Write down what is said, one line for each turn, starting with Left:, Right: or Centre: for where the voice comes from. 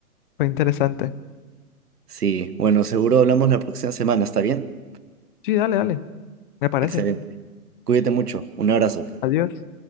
Left: Fue interesante.
Right: Sí, bueno, seguro hablamos la próxima semana, ¿está bien?
Left: Sí, dale, dale. Me parece.
Right: Excelente. Cuídate mucho. Un abrazo.
Left: Adiós.